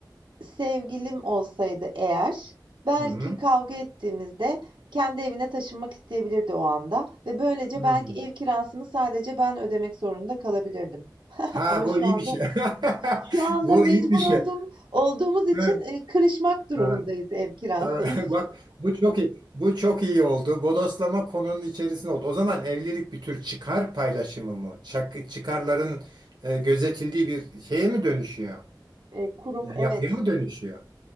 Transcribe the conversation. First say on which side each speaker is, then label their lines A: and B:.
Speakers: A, on the right; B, on the right.
A: sevgilim olsaydı eğer, belki
B: Hı hı.
A: kavga ettiğimizde kendi evine taşınmak isteyebilirdi o anda ve böylece
B: Hı.
A: belki ev kirasını sadece ben ödemek zorunda kalabilirdim. <laughs>
B: Ha
A: Ama
B: bu
A: şu
B: iyi
A: anda
B: bir şey. <laughs>
A: şu anda
B: Bu
A: mecbur
B: iyi bir şey.
A: olduğum, olduğumuz için
B: Ha,
A: eee, kırışmak durumundayız
B: ha,
A: ev kirasını.
B: tamam. <laughs> Bak bu çok iyi. Bu çok iyi oldu. Bodoslama konunun içerisinde oldu. O zaman evlilik bir tür çıkar paylaşımı mı? Çak- çıkarların e, gözetildiği bir şeye mi dönüşüyor?
A: Eee, kurum,
B: Ya-
A: evet.
B: Yapıya mı dönüşüyor?